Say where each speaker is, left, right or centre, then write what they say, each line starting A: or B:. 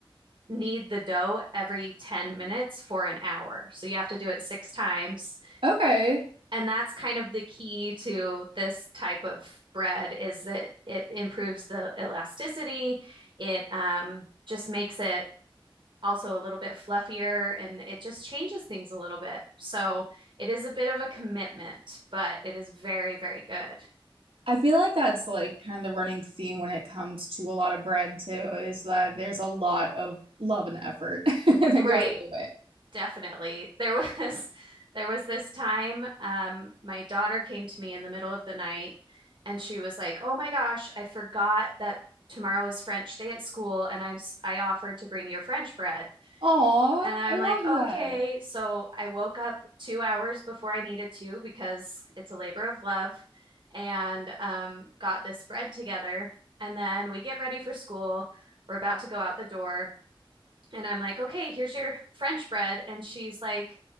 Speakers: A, on the right; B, on the right.
A: knead the dough every 10 minutes for an hour. So you have to do it six times
B: Okay.
A: and that's kind of the key to this type of bread is that it improves the elasticity. It um, just makes it also a little bit fluffier and it just changes things a little bit. So it is a bit of a commitment, but it is very, very good.
B: I feel like that's like kind of the running theme when it comes to a lot of bread too, is that there's a lot of love and effort <laughs> that
A: Right.
B: goes into it.
A: Definitely. There was <laughs> there was this time um my daughter came to me in the middle of the night and she was like, "Oh my gosh, I forgot that tomorrow is French day at school and I'm s- I offered to bring your French bread."
B: Aw,
A: And I'm
B: I love
A: like,
B: that.
A: "Okay." So I woke up 2 hours before I needed to because it's a labor of love and um got this bread together and then we get ready for school. We're about to go out the door and I'm like, okay, here's your French bread. And she's like,